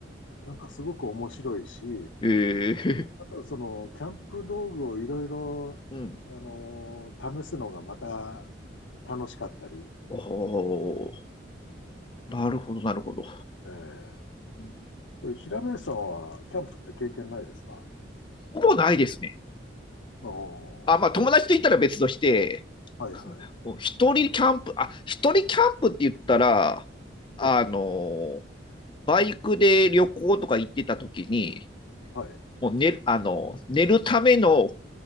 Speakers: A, on the left; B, on the left.
A: なんかすごく面白いし、
B: ええ、
A: あとはその、キャンプ道具をいろいろ、
B: <laughs> うん。
A: あのー試すのがまた楽しかったり、
B: おお、なるほど、なるほど。
A: ええ
B: うん
A: これ平林さんはキャンプって経験ないですか
B: ほぼないですね。
A: お
B: あ、まあ友達と言ったら別として、
A: ー、はいはい。
B: <laughs> 一人キャンプ、あ、一人キャンプって言ったら、あの、
A: ええ、
B: バイクで旅行とか行ってた時に、
A: はい。
B: もう寝、あの、寝るための